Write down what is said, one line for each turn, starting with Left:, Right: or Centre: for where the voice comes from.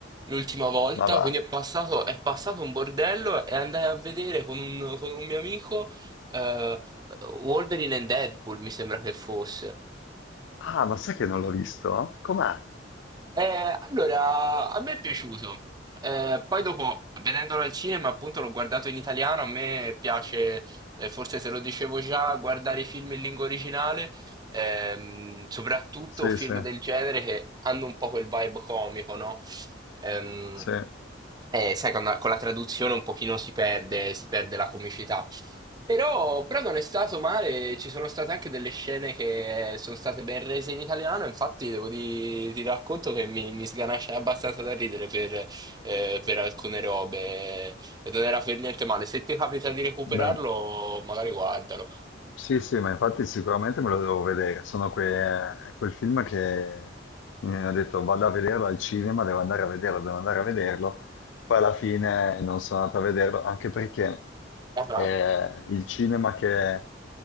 Right: l'ultima volta,
Left: Ma va.
Right: quindi è passato, è passato un bordello e andai a vedere con un, con un mio amico eh, Wolverine and Deadpool, mi sembra che fosse.
Left: Ah, ma sai che non l'ho visto? Com'è?
Right: Eh, allora, a me è piaciuto. Eh, poi dopo, vedendolo al cinema, appunto, l'ho guardato in italiano. A me piace, eh, forse te lo dicevo già, guardare i film in lingua originale, ehm, soprattutto
Left: Sì,
Right: film
Left: sì,
Right: del genere che hanno un po' quel vibe comico, no? Ehm,
Left: sì.
Right: eh, sai, con la, con la traduzione un pochino si perde, si perde la comicità. Però, però non è stato male, ci sono state anche delle scene che sono state ben rese in italiano, infatti devo di, ti racconto che mi, mi sganascia abbastanza da ridere per, eh, per alcune robe e non era per niente male. Se ti capita di recuperarlo,
Left: Beh.
Right: magari guardalo.
Left: Sì, sì, ma infatti sicuramente me lo devo vedere. Sono que- è quel film che mi ho detto vado a vederlo al cinema, devo andare a vederlo, devo andare a vederlo. Poi alla fine non sono andato a vederlo, anche perché
Right: Ah, ah.
Left: eh, il cinema che,